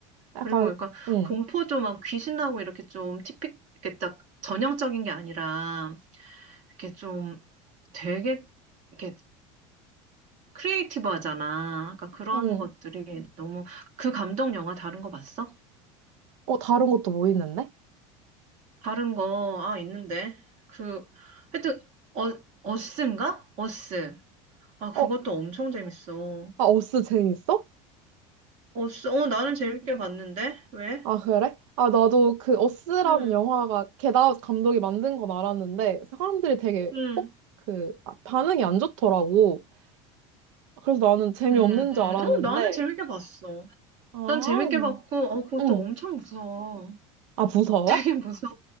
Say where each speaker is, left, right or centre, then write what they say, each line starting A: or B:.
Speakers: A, on the right; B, on the right.
A: 약간,
B: 그리고 약간
A: 응,
B: 공포도 막 귀신 나오고 이렇게 좀 티픽, 이렇게 딱 전형적인 게 아니라, 이렇게 좀 되게, 이렇게 크리에이티브 하잖아. 그러니까 그런
A: 응.
B: 것들이 너무, 그 감독 영화 다른 거 봤어?
A: 어, 다른 것도 뭐 있는데?
B: 다른 거, 아, 있는데. 그, 하여튼, 어, 어스인가? 어스. 아, 그것도
A: 어,
B: 엄청 재밌어.
A: 아, 어스 재밌어?
B: 어, 써- 어, 나는 재밌게 봤는데? 왜?
A: 아, 그래? 아, 나도 그 어스라는
B: 응,
A: 영화가 게다 감독이 만든 건 알았는데, 사람들이 되게
B: 응,
A: 꼭 그, 아, 반응이 안 좋더라고. 그래서 나는 재미없는
B: 음,
A: 줄 알았는데,
B: 어, 나는 재밌게 봤어.
A: 아,
B: 난 재밌게 봤고, 어, 그것도
A: 응.
B: 엄청 무서워.
A: 아, 무서워?
B: 되게 무서워.